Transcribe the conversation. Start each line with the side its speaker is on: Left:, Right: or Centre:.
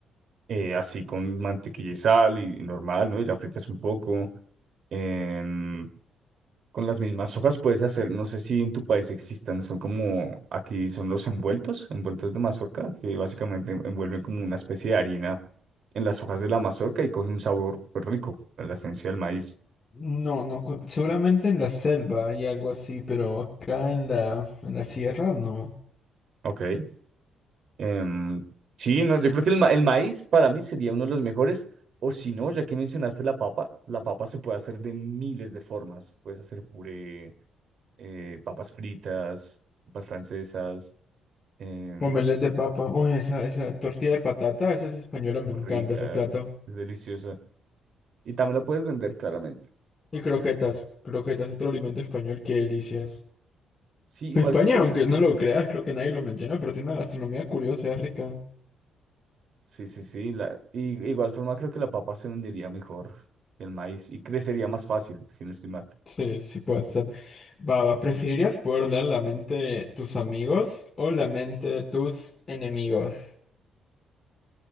Right: eh, así con mantequilla y sal y, y normal, ¿no? Y la fritas un poco. em, Con las mismas hojas puedes hacer, no sé si en tu país existan, son como, aquí son los envueltos, envueltos de mazorca, que básicamente en- envuelven como una especie de harina en las hojas de la mazorca y coge un sabor pues, rico, en la esencia del maíz.
Left: No, no. cu- Seguramente en la selva hay algo así, pero acá en la, en la sierra no.
Right: Ok. em, sí, no, yo creo que el, ma- el maíz para mí sería uno de los mejores, o si no, ya que mencionaste la papa, la papa se puede hacer de miles de formas. Puedes hacer puré, eh, papas fritas, papas francesas, em,
Left: Omelette de papa. Uy, esa, esa tortilla de patata, esa es española, me
Right: rica,
Left: encanta ese plato.
Right: es deliciosa. Y también lo puedes vender claramente.
Left: Y croquetas, croquetas, otro alimento español qué delicias. <laughs>
Right: Sí, igual
Left: España,
Right: creo que
Left: aunque
Right: es,
Left: no lo creas, creo que nadie lo menciona, pero tiene una gastronomía curiosa, es rica.
Right: sí, sí, sí. La, y, igual forma creo que la papa se vendería mejor que el maíz y crecería más fácil, si no estoy mal.
Left: Sí, sí puede ser. Va, va, ¿preferirías poder leer la mente de tus amigos o la mente de tus enemigos?